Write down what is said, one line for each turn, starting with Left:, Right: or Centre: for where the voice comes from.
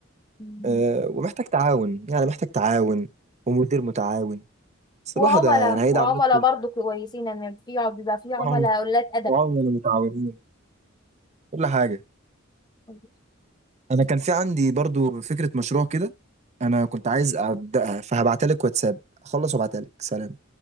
Left: مم.
Right: أه ومحتاج تعاون يعني محتاج تعاون ومدير متعاون بس
Left: وعملاء
Right: الواحد يعني هيدعم
Left: وعملاء
Right: نفسه
Left: برضو كويسين ان في بيبقى في عملاء
Right: وعم-
Left: قلات
Right: وعملاء متعاونين كل حاجة
Left: ادب
Right: انا كان في عندي برضو فكرة مشروع كده انا كنت عايز ابدأها فهبعتلك واتساب اخلص وابعتلك سلام